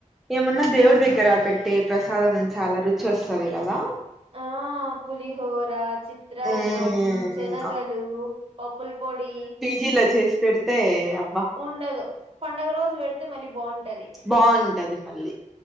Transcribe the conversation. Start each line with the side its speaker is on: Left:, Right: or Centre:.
Centre: ఏమన్నా దేవుడి దగ్గర పెట్టి ప్రసాదం చాలా రుచి వస్తది కదా
Right: ఆ పులిహోర, చిత్రాన్నం,
Centre: ఉమ్
Right: శనగలు పప్పుల్ పొడి
Centre: జీల చేసి పెడితే అ
Right: ఉండదు పండగ రోజు పెడితే మళ్ళీ బావుంటది.
Centre: బావుంటది మళ్ళీ